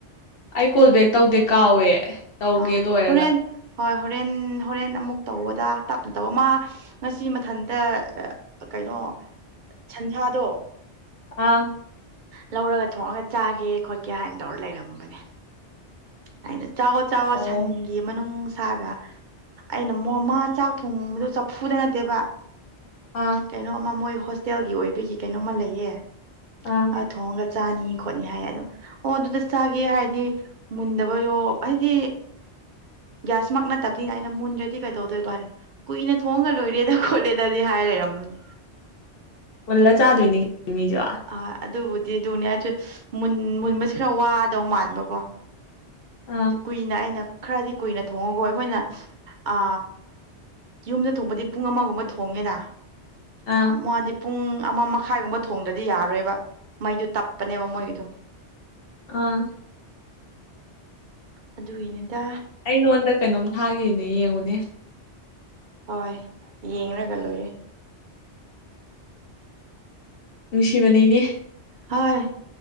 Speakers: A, on the left; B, on the right.
A: ꯑꯩ ꯀꯣꯜ ꯕꯦꯛ ꯇꯧꯗꯦ ꯀꯥꯎꯋꯦ ꯇꯧꯒꯦ
B: ꯑꯥ
A: ꯂꯣꯏꯔꯒ
B: ꯍꯣꯔꯦꯟ ꯍꯣꯏ ꯍꯣꯔꯦꯟ ꯍꯣꯔꯦꯟ ꯑꯃꯨꯛ ꯇꯧꯋ‌ꯣꯗ ꯇꯞꯅ ꯇꯧꯋ‌ꯣ ꯃꯥ ꯉꯁꯤ ꯃꯊꯟꯇ ꯀꯩꯅꯣ ꯁꯟꯁꯥꯗꯣ
A: ꯑꯥ
B: ꯂꯧꯔꯒ ꯊꯣꯡꯉꯒ ꯆꯥꯒꯦ ꯈꯣꯠꯀꯦ ꯍꯥꯏꯅ ꯇꯧꯔ ꯂꯩꯔꯝꯕꯅꯦ ꯑꯩꯅ ꯆꯥꯎꯌ‌ꯣ ꯆꯥꯎꯌ‌ꯣ
A: ꯑꯣ
B: ꯁꯟ ꯒꯤ ꯃꯅꯨꯡ ꯁꯥꯔ ꯑꯩꯅ ꯃꯥ ꯆꯥꯛ ꯊꯣꯡꯕꯗꯣ ꯆꯐꯨꯗ ꯅꯠꯇꯦꯕ
A: ꯑꯥ
B: ꯀꯩꯅꯣꯝꯃ ꯃꯣꯏ ꯍꯣꯁꯇꯦꯜꯒꯤ ꯑꯣꯏꯕꯒꯤ ꯀꯩꯅꯣꯝꯃ ꯂꯩꯌꯦ
A: ꯑꯥ
B: ꯑ ꯊꯣꯡꯉꯒ ꯆꯥꯅꯤ ꯈꯣꯠꯅꯤ ꯍꯥꯏ ꯑꯗꯣ ꯑꯣ ꯑꯗꯨꯗ ꯆꯥꯒꯦ ꯍꯥꯏꯗꯤ ꯃꯨꯟꯗꯕꯣ ꯍꯥꯏꯗꯤ ꯒ꯭ꯌꯥꯁꯃꯛ ꯅꯠꯇꯕꯅꯤꯅ ꯑꯩꯅ ꯃꯨꯟꯗ꯭ꯔꯗꯤ ꯀꯩꯗꯧꯗꯣꯏꯕ ꯍꯥꯏꯅ ꯀꯨꯏꯅ ꯊꯣꯡꯉ ꯂꯣꯏꯔꯦꯗ ꯈꯣꯠꯂꯦꯗꯗꯤ ꯍꯥꯏꯔ ꯔꯝꯕꯅꯦ
A: ꯃꯨꯜꯂ ꯆꯥꯗꯣꯏꯅꯤ ꯀꯩꯅ‌ꯣ ꯃꯤꯁꯨ
B: ꯑ ꯑꯗꯨꯕꯨꯗꯤ ꯑꯗꯨꯅꯦ ꯑꯩꯁꯨ ꯃꯨꯟ ꯃꯨꯟꯕꯁꯦ ꯈꯔ ꯋꯥꯗꯧ ꯃꯥꯟꯕꯀꯣ
A: ꯑꯥ
B: ꯀꯨꯏꯅ ꯑꯩꯅ ꯈꯔꯗꯤ ꯀꯨꯏꯅ ꯊꯣꯡꯉ‌ꯣꯀ‌ꯣ ꯑꯩꯈꯣꯏꯅ ꯑ ꯌꯨꯝꯗ ꯊꯣꯡꯕꯗꯤ ꯄꯨꯡ ꯑꯃꯒꯨꯝꯕ ꯊꯣꯡꯉꯦꯅ
A: ꯑꯥ
B: ꯃꯥꯗꯤ ꯄꯨꯡ ꯑꯃ ꯃꯈꯥꯏꯒꯨꯝꯕ ꯊꯣꯡꯗꯔꯗꯤ ꯌꯥꯔꯣꯏꯕ ꯃꯩꯗꯨ ꯇꯞꯄꯅꯦꯕ ꯃꯣꯏꯒꯤꯗꯣ
A: ꯑꯥ
B: ꯑꯗꯨꯒꯤꯅꯦꯗ
A: ꯑꯩ ꯅꯉꯣꯟꯗ ꯀꯩꯅꯣꯝ ꯊꯥꯈꯤꯕꯅꯦ ꯌꯦꯡꯉꯨꯅꯦ
B: ꯍꯣꯏ ꯌꯦꯡꯔꯒ ꯂꯣꯏꯔꯦ
A: ꯅꯨꯡꯁꯤꯕꯅꯤꯅꯦ
B: ꯍꯣꯏ